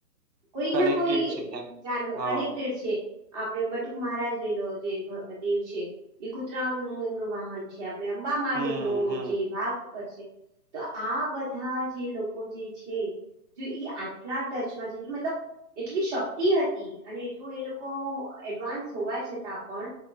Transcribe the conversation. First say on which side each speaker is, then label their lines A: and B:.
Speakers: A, on the right; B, on the right.
A: કોઈકના
B: કનેક્ટેડ
A: કોઈ
B: છે ક્યાંક ને
A: જાનવ
B: ક્યાંક હા
A: કનેક્ટેડ છે. આપડે બટુક મહારાજ લઈલો જે દેવ છે એ કુતરાઓનું એમનું વાહન છે. આપણે અંબા મા
B: હમ
A: લઈ લો
B: હમ
A: જે વાઘ પર છે તો આ બધા જે લોકો જે છે જો ઈ આટલા ટચમાં છે એટલે મતલબ એટલી શક્તિ હતી અને એટલું એ લોકો એડવાન્સ હોવા છતાં પણ